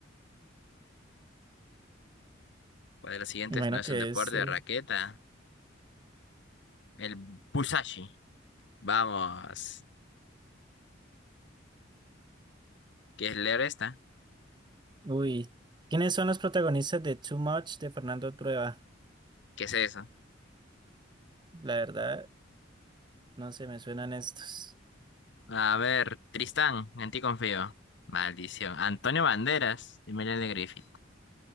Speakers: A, on the left; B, on the right.
A: ¿Cuál de los siguientes
B: me imagino
A: no es
B: que
A: un deporte
B: es. eh,
A: de raqueta? El Busashi. Vamos. ¿Qué es leer esta?
B: Uy, ¿quiénes son los protagonistas de Too Much de Fernando Trueba?
A: ¿Qué es eso?
B: La verdad, no se me suenan estos.
A: A ver, Tristán, en ti confío. Maldición. Antonio Banderas y Melanie de Griffith.